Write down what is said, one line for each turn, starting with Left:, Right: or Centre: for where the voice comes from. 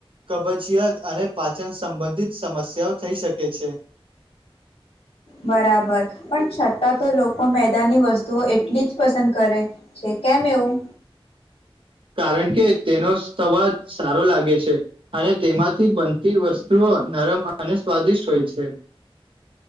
Right: કબજીયાત અને પાચન સંબંધિત સમસ્યાઓ થઈ શકે છે. <inaudible>
Left: બરાબર પણ છતાં તો લોકો મેદાની વસ્તુઓ એટલી જ પસંદ કરે છે. કેમ એવું
Right: <inaudible> કારણ કે તેનો સવાદ સારો લાગે છે અને તેમાંથી બનતી વસ્તુઓ નરમ અને સ્વાદિષ્ટ હોય છે.